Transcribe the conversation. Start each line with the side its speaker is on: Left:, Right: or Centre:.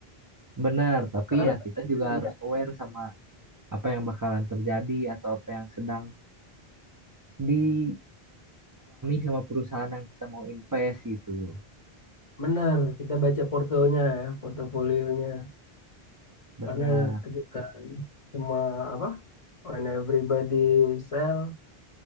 Right: Benar, tapi
Left: Karena Ber-
Right: ya kita juga
Left: Iya.
Right: harus aware sama apa yang bakalan terjadi atau apa yang sedang dialami sama perusahaan yang kita mau invest gitu.
Left: benar kita baca portonya ya, portofolionya.
Right: Benar,
Left: Karena ketika semua apa when everybody sell